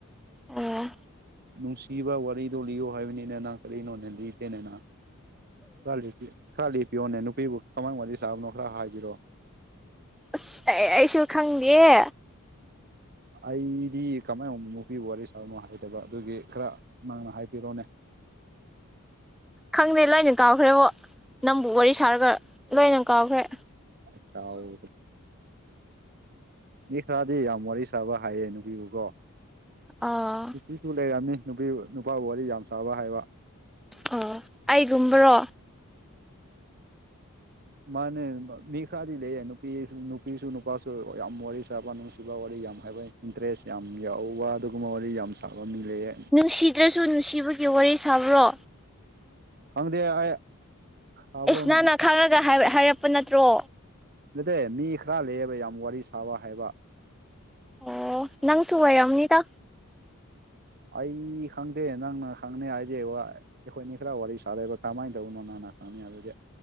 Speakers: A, in the centre; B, on the right (about 45°).
A: ꯑꯣ
B: ꯅꯨꯡꯁꯤꯕ ꯋꯥꯔꯤꯗꯣ ꯂꯤꯌꯣ ꯍꯥꯏꯕꯅꯤꯅꯦ ꯅꯪ ꯀꯔꯤꯅꯣꯅꯦ ꯂꯤꯗꯦꯅꯦ ꯅꯪ꯫ ꯈ ꯂꯤꯄꯤ ꯈꯔ ꯂꯤꯄꯤꯌꯣꯅꯦ ꯅꯨꯄꯤꯕꯨ ꯀꯃꯥꯏꯅ ꯋꯥꯔꯤ ꯁꯥꯕꯅꯣ ꯈꯔ ꯍꯥꯏꯕꯤꯔꯣ꯫
A: ꯑꯁ ꯑꯩ ꯑꯩꯁꯨ ꯈꯪꯗꯤꯌꯦ꯫
B: ꯑꯩꯗꯤ ꯀꯃꯥꯏꯅ ꯅꯨꯄꯤꯒ ꯋꯥꯔꯤ ꯁꯥꯕꯅꯣ ꯍꯩꯇꯦꯕ ꯑꯗꯨꯒꯤ ꯈꯔ ꯅꯪꯅ ꯍꯥꯏꯕꯤꯔꯣꯅꯦ꯫
A: ꯈꯪꯗꯦ ꯂꯣꯏꯅ ꯀꯥꯎꯈ꯭ꯔꯦꯕꯣ ꯅꯪꯕꯨ ꯋꯥꯔꯤ ꯁꯥꯔꯒ ꯂꯣꯏꯅ ꯀꯥꯎꯈ꯭ꯔꯦ꯫
B: <unintelligible> ꯃꯤ ꯈꯔꯗꯤ ꯌꯥꯝ ꯋꯥꯔꯤ ꯁꯥꯕ ꯍꯩꯌꯦ ꯅꯨꯄꯤꯕꯨꯀꯣ꯫
A: ꯑꯥ
B: ꯅꯨꯄꯤꯁꯨ ꯂꯩꯔꯝꯅꯤ ꯅꯨꯄꯤ ꯅꯨꯄꯥꯕꯨ ꯋꯥꯔꯤ ꯌꯥꯝ ꯁꯥꯕ ꯍꯩꯕ꯫
A: ꯑꯣ ꯑꯩꯒꯨꯝꯕꯔꯣ
B: ꯃꯥꯅꯦ ꯃꯤ ꯈꯔꯗꯤ ꯂꯩꯌꯦ ꯅꯨꯄꯤ ꯅꯨꯄꯤꯁꯨ ꯅꯨꯄꯥꯁꯨ ꯌꯥꯝ ꯋꯥꯔꯤ ꯁꯥꯕ ꯅꯨꯡꯁꯤꯕ ꯋꯥꯔꯤ ꯌꯥꯝ ꯍꯩꯕ꯫ ꯏꯟꯇꯔꯦꯁ ꯌꯥꯝ ꯌꯥꯎꯕ ꯑꯗꯨꯒꯨꯝꯕ ꯋꯥꯔꯤ ꯌꯥꯝ ꯁꯥꯕ ꯃꯤ ꯂꯩꯌꯦ꯫
A: ꯅꯨꯡꯁꯤꯗ꯭ꯔꯁꯨ ꯅꯨꯡꯁꯤꯕꯒꯤ ꯋꯥꯔꯤ ꯁꯥꯕ꯭ꯔꯣ꯫
B: ꯈꯪꯗꯦ ꯑꯩ ꯁꯥꯕ꯭ꯔꯣ
A: ꯏꯁ ꯅꯪꯅ ꯈꯪꯉꯒ ꯍꯥꯏ ꯍꯥꯏꯔꯛꯄ ꯅꯠꯇ꯭ꯔꯣ꯫
B: ꯅꯠꯇꯦ ꯃꯤ ꯈꯔ ꯂꯩꯌꯦꯕ ꯌꯥꯝ ꯋꯥꯔꯤ ꯁꯥꯕ ꯍꯩꯕ꯫
A: ꯑꯣ ꯅꯪꯁꯨ ꯑꯣꯏꯔꯝꯅꯤꯗ
B: ꯑꯩ ꯈꯪꯗꯦ ꯅꯪꯅ ꯈꯪꯅꯤ ꯍꯥꯏꯗꯤ ꯋꯥꯏ ꯑꯩꯈꯣꯏꯅꯤ ꯈꯔ ꯋꯥꯔꯤ ꯁꯥꯔꯦꯕ ꯀꯃꯥꯏꯅ ꯇꯧꯕꯅꯣ ꯅꯪꯅ ꯈꯪꯅꯤ ꯑꯗꯨꯗꯤ꯫